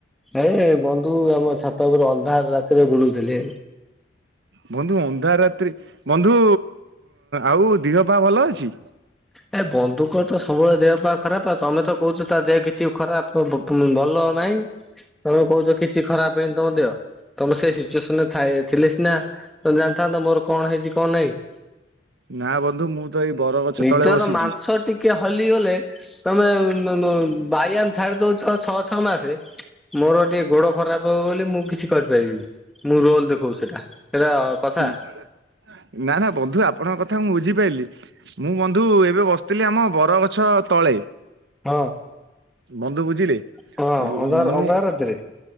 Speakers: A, in the centre; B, on the right.
A: ଏ ବନ୍ଧୁ ଆମ ଛାତଉପରେ ଅନ୍ଧାର ରାତିରେ ବୁଲୁଥିଲି।
B: ବନ୍ଧୁ ଅନ୍ଧାରାତ୍ରି ବନ୍ଧୁ ଆଉ ଦିହ ପା ଭଲ ଅଛି?
A: ଏ ବନ୍ଧୁଙ୍କର ତ ସବୁବେଳେ ଦେହ ପା ଖରାପ ଆ ତମେ ତ କହୁଛ ତା ଦେହ କିଛି ଖରାପ ପ ପ ପମ ଭଲ ନାଇଁ ତମେ କହୁଛ କିଛି ଖରାପ ହେହିନି ତମ ଦେହ। ତମେ ସେଇ ସିଚୁଏସନ ଥାଏ ଥିଲେ ସିନା ତମେ ଜାଣିଥାନ୍ତ ମୋର କଣ ହେଇଛି କଣ ନାହିଁ।
B: ନା ବନ୍ଧୁ ମୁଁ ତ ଏଇ ବର ଗଛ
A: ନିଜର
B: ତଳେ ବସିଛି।
A: ମାଂସ ଟିକେ ହଲିଗଲେ ତମେ ବାଇଆମ ଛାଡି ଦଉଛ ଛଅ ଛଅ ମାସେ। ମୋର ଟିକେ ଗୋଡ ଖରାପ ହବ ବୋଲି ମୁଁ କିଛି କରିପାରିବିନି। ମୁଁ ରୋଲ ଦେଖଉଛି ସେଟା ସେଟା କଥା।
B: ନା ନା ବନ୍ଧୁ ଆପଣଙ୍କ କଥା ମୁଁ ବୁଝିପାରିଲିି। ମୁଁ ବନ୍ଧୁ ଏବେ ବସିଥିଲି ଆମ ବରଗଛ ତଳେ।
A: ହଁ
B: ବନ୍ଧୁ ବୁଝିଲି
A: ହଁ
B: ମୁଁ।
A: ଅନ୍ଧାର ଅନ୍ଧାର ରାତିରେ।